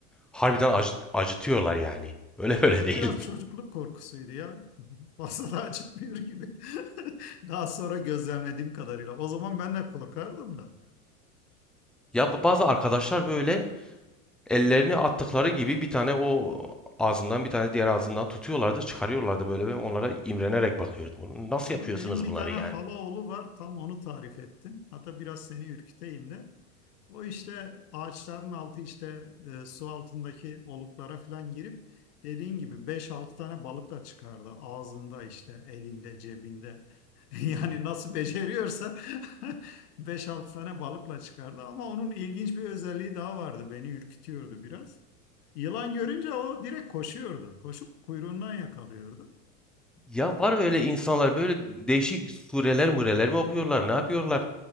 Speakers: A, in the centre; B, on the left.
A: harbiden acı- acıtıyorlar yani. <laughs> Öyle böyle
B: Hani
A: değil.
B: biraz
A: <laughs>
B: çocukluk korkusuydu ya. <laughs> Fazla da acıtmıyor gibi. <laughs> Daha sonra gözlemlediğim kadarıyla. O zaman ben de korkardım da.
A: Ya bu bazı arkadaşlar böyle ellerini attıkları gibi bir tane o ağzından bir tane diğer ağzından tutuyorlardı, çıkarıyorlardı böyle. Ben onlara imrenerek bakıyordum. Bunu Nasıl
B: Aslında
A: yapıyorsunuz
B: benim bir
A: bunları
B: tane
A: yani?
B: hala oğlu var. Tam onu tarif ettin. Hatta biraz seni ürküteyim de. O işte ağaçların altı işte e, su altındaki oluklara falan girip dediğin gibi beş altı tane balıkla çıkardı. Ağzında işte elinde cebinde. <laughs> Yani nasıl beceriyorsa <laughs> beş altı tane balıkla çıkardı. Ama onun ilginç bir özelliği daha vardı. Beni ürkütüyordu biraz. Yılan görünce o direkt koşuyordu. Koşup kuyruğundan yakalıyordu.
A: Ya var öyle insanlar böyle değişik sureler mureler mi okuyorlar, ne yapıyorlar?